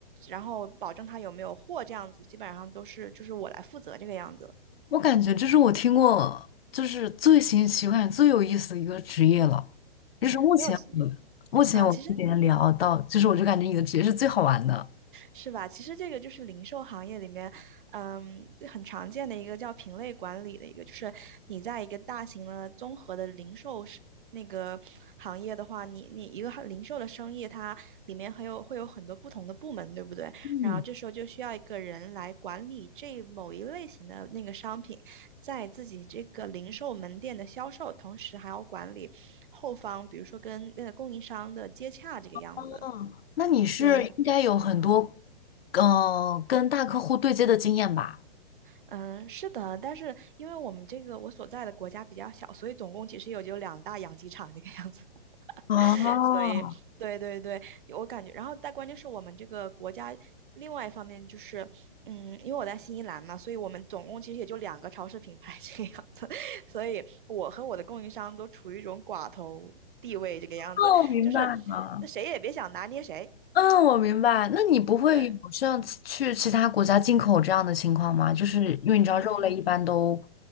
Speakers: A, on the right; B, on the left.
A: 然后保证他有没有货这样子，基本上都是就是我来负责这个样子，
B: 我感觉这是我听过就是最新奇、我感觉最有意思的一个职业了。就是目前我目前我跟别人聊到，
A: 没有其，啊、其实
B: 就是我就感觉你的职业是最好玩的。
A: 是吧？其实这个就是零售行业里面，嗯，很常见的一个叫品类管理的一个，就是你在一个大型的综合的零售是那个行业的话，你你一个行零售的生意，它里面还有会有很多不同的部门，对不对？
B: 嗯，
A: 然后这时候就需要一个人来管理这某一类型的那个商品，在自己这个零售门店的销售，同时还要管理后方，比如说跟那供应商的接洽这个样子。
B: 嗯，那你是应该有很多
A: 对，
B: 嗯、呃跟大客户对接的经验吧？
A: 嗯，是的，但是因为我们这个我所在的国家比较小，所以总共其实也就两大养鸡场这个样子，
B: 哦，
A: <laughs> 所以对对对，我感觉，然后但关键是我们这个国家另外一方面就是，嗯，因为我在新西兰嘛，所以我们总共其实也就两个超市品牌这个样子，<laughs> 所以我和我的供应商都处于一种寡头地位这个样子，
B: 哦，明白了。
A: 就是那谁也别想拿捏谁，
B: 嗯，我明白。那你不会有像其去其他国家进口这样的情况吗？
A: 对，
B: 就是因为你知道肉类一般都
A: 嗯。